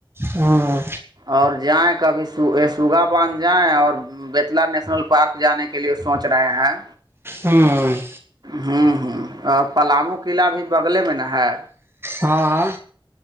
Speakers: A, on the right; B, on the right.
A: ہاں
B: اور جائیں کبھی سوگا باندھ جائیں اور بیتلا نیشنل پارک جانے کے لیے سوچ رہے ہیں
A: ہاں
B: ہوں ہوں اور پلامو قلعہ بھی بغلے میں نا ہے
A: ہاں